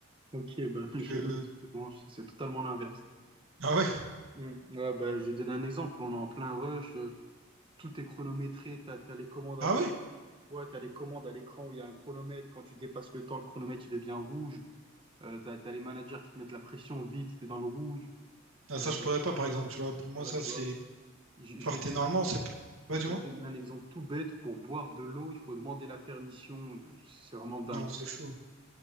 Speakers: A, on the right; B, on the right.
A: Ok, bah, <laughs>
B: Je-
A: chez nous, justement, c'est c'est totalement l'inverse.
B: Ah ouais?
A: Hmm. Ouais, bah, je vais donner un exemple. On est en plein rush, euh, tout est chronométré, t'as, t'as les commandes
B: Ah
A: à l'écran.
B: ouais?
A: Ouais, t'as les commandes à l'écran où il y a un chronomètre. Quand tu dépasses le temps, le chronomètre, il devient rouge. Euh, t'as, t'as les managers qui te mettent la pression vite, t'es dans le rouge.
B: Ah,
A: Euh,
B: ça, je pourrais pas, par exemple, tu vois. Pour moi,
A: voilà,
B: ça,
A: tu
B: c'est...
A: vois. Je je
B: Enfin,
A: vais
B: t'es-
A: te donner
B: normalement, c'est... Ouais,
A: Je
B: dis-moi.
A: vais te donner un exemple tout bête. Pour boire de l'eau, il faut demander la permission. C'est vraiment dingue.
B: Non, c'est chaud.